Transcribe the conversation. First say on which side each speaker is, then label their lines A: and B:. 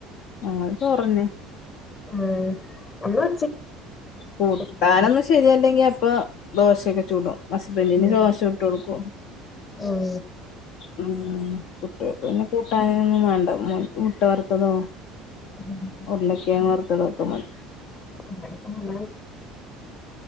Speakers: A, on the left (about 65°); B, on the left (about 35°).
A: ഞങ്ങളിപ്പോ <unintelligible>
B: ആഹ് നമ്മള്
A: കൂട്ടാനൊന്നും
B: <unintelligible>
A: ശരിയല്ലെങ്കി അപ്പൊ ദോശയക്കെ ചുടും ഹസ്ബൻഡിന്
B: ഉം
A: ദോശ ചുട്ടൊട്ക്കും.
B: ഉം
A: ഉം കുട്ടിയേക്ക് പിന്നെ കൂട്ടാനൊന്നും മാണ്ട <unintelligible> മുട്ട വറുത്തതോ
B: ഇവിടുത്തെ
A: ഉരുളക്കെങ്ങ് വറുത്തതോ ഒക്കെ മ
B: <unintelligible>